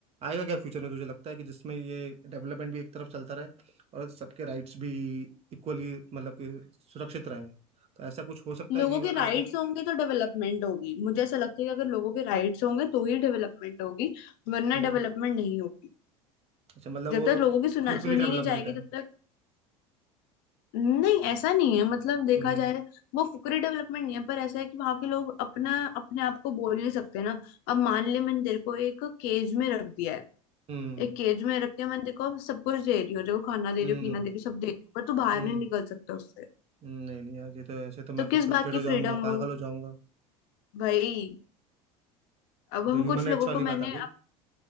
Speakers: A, on the right (about 35°); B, on the left (about 55°).
A: आएगा क्या फ्यूचर में तुझे लगता है कि जिसमें ये डेवलपमेंट भी एक तरफ चलता रहे और सबके राइट्स भी इक्वली मतलब कि सुरक्षित रहे तो ऐसा कुछ हो सकता
B: लोगों
A: है जीवन
B: के राइट्स
A: आगे
B: होंगे तो डेवलपमेंट होगी मुझे ऐसा लगता है कि अगर लोगों के राइट्स होंगे तो ही डेवलपमेंट होगी वरना
A: हम्म
B: डेवलपमेंट नहीं होगी
A: अच्छा मतलब
B: जब
A: वो
B: तक लोगों की सुना
A: खोखली
B: सुनी
A: डेवलपमेंट
B: नहीं जाएगी
A: है
B: तब तक नहीं ऐसा नहीं है मतलब देखा
A: हम्म
B: जाए वो फुकरे डेवलपमेंट नहीं है पर ऐसा है कि वहां के लोग अपना अपने आप को बोल नहीं सकते ना अब मान ले मैंने तेरे को एक केज में रख दिया है
A: हम्म
B: एक केज में रख के मैंने तेरे को अब सब कुछ दे रही हूँ देखो खाना दे
A: हम्म
B: रही हूँ पीना दे रही हूँ सब दे रही हूँ पर तू बाहर
A: हम्म
B: नहीं निकल सकता उससे
A: हम्म, नहीं नहीं यार ये तो ऐसे तो मैं
B: तो
A: फिर
B: किस
A: फ्रस्ट्रेट
B: बात की
A: हो जाऊंगा
B: फ्रीडम
A: पागल
B: वो
A: हो जाऊंगा
B: भाई अब
A: ये
B: हम
A: तो ह्यूमन
B: कुछ
A: राइट्स
B: लोगों
A: वाली
B: को मैंने
A: बात आ गई